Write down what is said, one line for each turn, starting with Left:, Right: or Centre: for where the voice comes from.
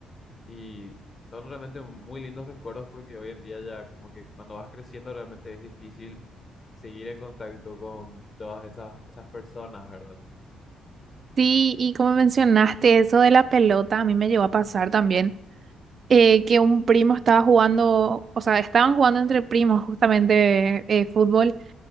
Left: y son realmente muy lindos recuerdos porque hoy en día ya como que cuando vas creciendo realmente es difícil seguir en contacto con todas esas, esas personas, ¿verdad?
Right: Sí, y como mencionaste eso de la pelota, a mí me llegó a pasar también eh, que un primo estaba jugando, o sea, estaban jugando entre primos justamente eh, fútbol